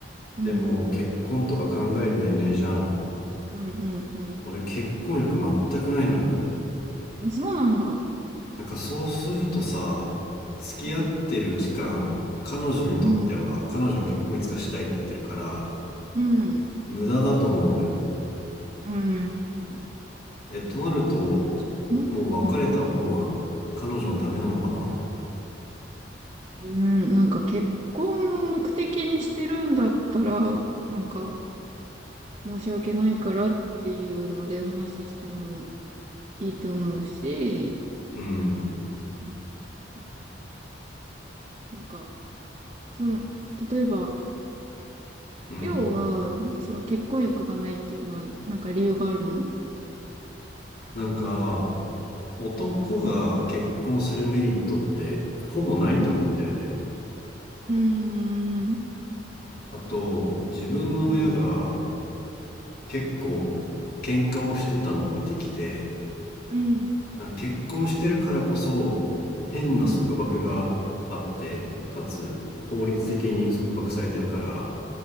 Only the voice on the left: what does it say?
うでもう結婚とか考える年齢じゃん
俺結婚欲全くないのよ
なんかそうするとさ付き合ってる期間彼女にとっては彼女は結婚いつかしたいって言ってるから
無駄だと思うのよ
え、となると、
もう別れた方が彼女のためなのかな
うん、
うん。
なんか、男が結婚するメリットってほぼないと思うんだよね。
あと、自分の親が
結構喧嘩をしてたのを見てきて、
なんか結婚してるからこそ変な束縛があって、
かつ法律的に束縛されてるから、